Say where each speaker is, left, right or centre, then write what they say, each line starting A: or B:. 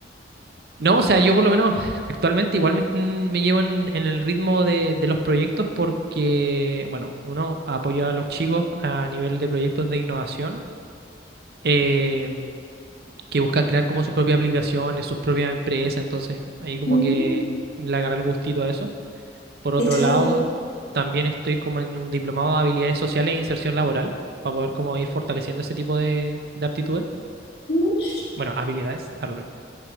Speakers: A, on the right; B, on the left.
A: no, o sea, yo por lo menos actualmente igual me, mm, me llevo en, en el ritmo de, de los proyectos porque, bueno, uno apoya a los chicos a nivel de proyectos de innovación. eh, que buscan crear como sus propias aplicaciones, sus propias empresas, entonces ahí como
B: Mm,
A: que le agarré el gustito a eso. Por otro
B: qué choro.
A: lado, también estoy como en un diplomado de habilidades sociales e inserción laboral, para poder como ir fortaleciendo ese tipo de, de aptitudes,
B: mm.
A: bueno, habilidades, hazlo.